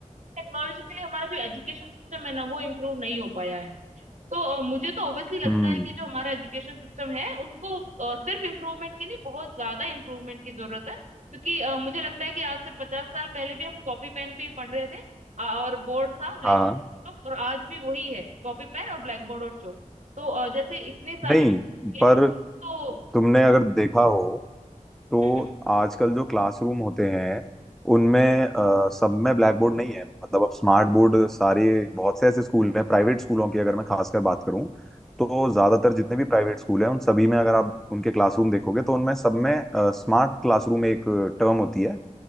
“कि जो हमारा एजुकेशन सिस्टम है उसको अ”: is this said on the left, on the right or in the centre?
Right